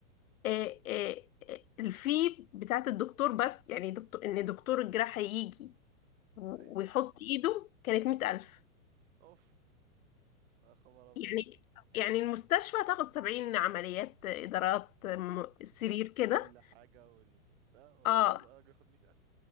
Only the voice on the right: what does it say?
أيوه
أوف يا خبر أبيض
كل حاجة وال ده هو
الراجل ياخد مئة ألف